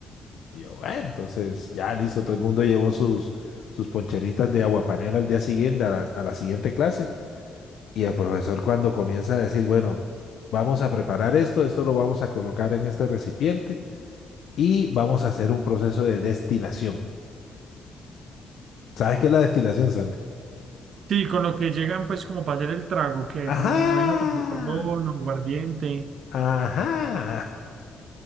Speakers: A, on the left; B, on the right.
A: Y yo, bueno, entonces ya listo, todo el mundo llevó sus, sus poncheritas de aguapanela al día siguiente, a la, a la siguiente clase. Y el profesor cuando comienza a decir, bueno, vamos a preparar esto, esto lo vamos a colocar en este recipiente y vamos a hacer un proceso de destilación. ¿Sabes qué es la destilación, Santi?
B: Sí, con lo que llegan, pues, como para hacer el trago, que
A: Ajá.
B: con, me imagino, para hacer ron o aguardiente.
A: Ajá.